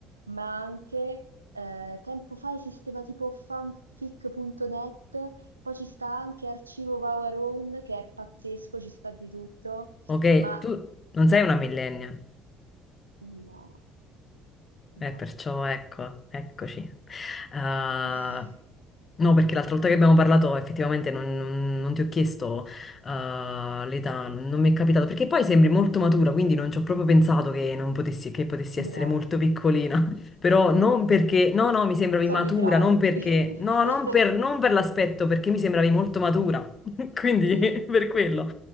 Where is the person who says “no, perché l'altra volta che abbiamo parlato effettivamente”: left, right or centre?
Left